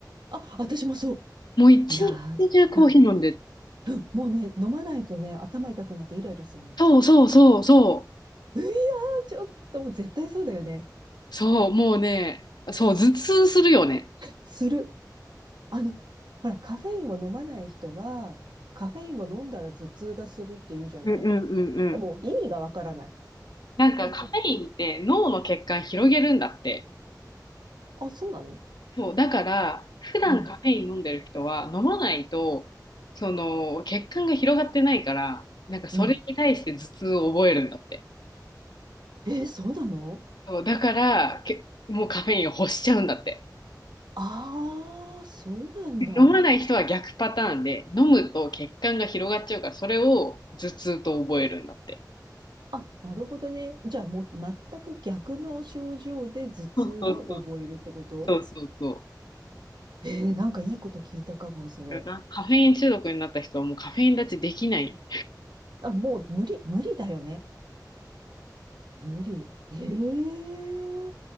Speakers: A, on the right (about 80°); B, on the left (about 75°).
A: あ、私もそう。
B: もう一日中コーヒー飲んで、
A: やだ。うんもうね、飲まないとね、頭痛くなってイライラするの。
B: そうそうそうそ
A: いやー、ちょっと、もう絶対そうだよね。
B: う、そう、もうね、そう、頭痛するよね。
A: する。あの、ほら、カフェインを飲まない人は、カフェインを飲んだら頭痛がするって言うじゃない
B: うんうんうんうん。
A: もう意味がわからない。
B: なんかカフェインって脳の血管広げるんだって。
A: <laughs> あ、そうなの
B: そう、だから、普段カフェイン飲んでる人は、
A: うん。
B: 飲まないと、その、血管が広がってないから、なんかそれに対して頭痛を覚えるんだって。
A: うん。えーそうなの
B: そう、だから、け、もうカフェインを欲しちゃうんだって。
A: ああ、そうなんだ。
B: で飲まない人は逆パターンで、飲むと血管が広がっちゃうから、それを頭痛と覚えるんだって。
A: あ、なるほどね。じゃあもう全く逆の症状で頭痛を覚えるってこと
B: そうそうそう。そうそうそ
A: ええーなんかいいこと聞いたかも、それ。
B: う。だからカフェイン中毒になった人はもうカフェイン立ちできない。
A: あ、もう無理、無理だよね。無理。ええ